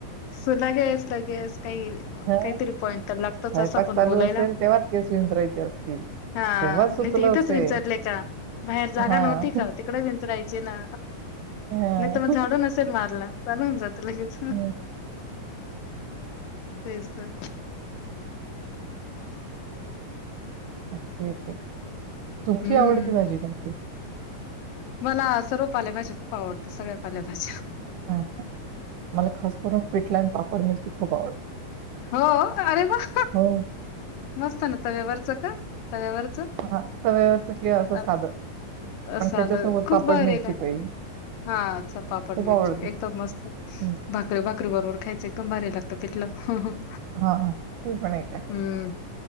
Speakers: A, on the left (about 80°); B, on the right (about 80°).
A: सो लगेच लगेच काही
B: हां.
A: काहीतरी पॉइंट तर लागतच
B: स्वयंपाक
A: असं पण
B: चालू
A: बोलायला.
B: असेल तेव्हाच केस विंचरायचे असतील.
A: हां
B: तेव्हाच सुचलं
A: नाही तर इथेच
B: असेल.
A: विचारलंय का? बाहेर जागा
B: हां.
A: नव्हती का? तिकडे विंचारायचे ना,
B: हां.
A: नाही तर मग झाडू नसेल मारला. चालू होऊन जात लगेच,
B: हं.
A: तेच तर.
B: ओके ओके, तुमची
A: हम्म
B: आवडती भाजी कोणती?
A: मला सर्व पालेभाज्या खूप आवडतं सगळ्या पाल्याभाज्या.
B: हां मला खास करून पिठल अन पापड मिरची खूप आवडते.
A: हो! अरे वाह
B: हो.
A: मस्त ना, तव्यावरचं का? तव्यावरचं?
B: हां तव्यावरचं किंवा असं
A: अ-
B: साधं. पण
A: साधं
B: त्याच्यासोबत
A: खूप
B: पापड
A: भारी
B: मिरची
A: आहे काय?
B: पाहिजे.
A: हां <unintelligible> पापड
B: खूप
A: मिरची
B: आवडते.
A: एकदम मस्त
B: हं.
A: भा करी, भाकरी बरोबर खायचं एकदम बारी लागतं पिठलं.
B: हां ते पण एक आहे.
A: हम्म.